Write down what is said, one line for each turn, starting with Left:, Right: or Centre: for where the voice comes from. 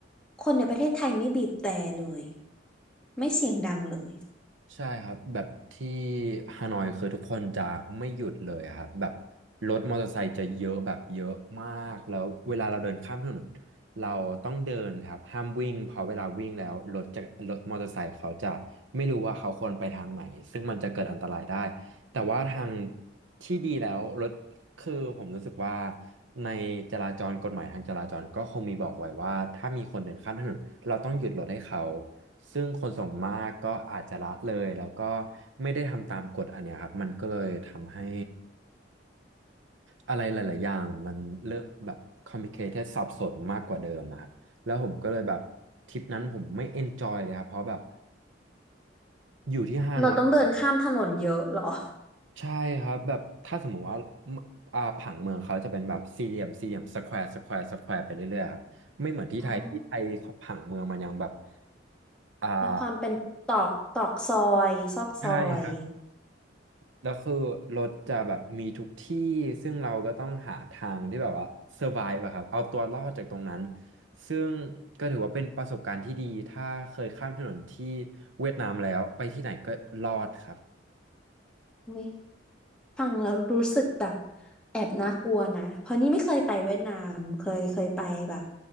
Centre: คนในประเทศไทยไม่บีบแตรเลยไม่เสียงดังเลย
Right: ใช่ครับแบบที่ฮานอยคือทุกคนจะไม่หยุดเลยอะครับแบบรถมอเตอร์ไซค์จะเยอะแบบเยอะมากแล้วเวลาเราเดินข้ามถนนเราต้องเดินครับห้ามวิ่งเพราะเวลาวิ่งแล้วรถจะรถมอเตอร์ไซค์เขาจะไม่รู้ว่าเขาควรไปทางไหนซึ่งมันจะเกิดอันตรายได้แต่ว่าทางที่ดีแล้วรถ คือผมรู้สึกว่าในจราจรกฎหมายทางจราจรก็คงมีบอกไว้ว่าถ้ามีคนเดินข้ามถนนเราต้องหยุดรถให้เขาซึ่งคนส่วนมากก็อาจจะละเลยแล้วก็ไม่ได้ทำตามกฎอันเนี้ยครับมันก็เลยทำให้อะไรหลายๆอย่างมันเลอะแบบ complicated สับสนมากกว่าเดิมอะครับแล้วผมก็เลยแบบทริปนั้นผมไม่ enjoy เลยครับเพราะแบบอยู่ที่ฮานอย
Centre: เราต้องเดินข้ามถนนเยอะเหรอ
Right: ใช่ครับแบบถ้าสมมุติว่ามอ่าผังเมืองเขาจะเป็นแบบสี่เหลี่ยมสี่เหลี่ยมสแควร์สแควร์สแควร์ไปเรื่อยๆครับไม่เหมือนที่ไทยที่ไทยเขาผังเมืองมันยังแบบ
Centre: อ๋อ
Right: อ่า
Centre: มีความเป็นตอกตอกซอยซอกซอย
Right: ใช่ครับแล้วคือรถจะแบบมีทุกที่ซึ่งเราก็ต้องหาทางที่แบบว่า survive อะครับเอาตัวรอดจากตรงนั้นซึ่งก็ถือว่าเป็นประสบการณ์ที่ดีถ้าเคยข้ามถนนที่เวียดนามแล้วไปที่ไหนก็รอดครับ
Centre: อุ๊ย ฟังแล้วรู้สึกแบบแอบน่ากลัวนะเพราะนี่ไม่เคยไปเวียดนามเคยเคยไปแบบ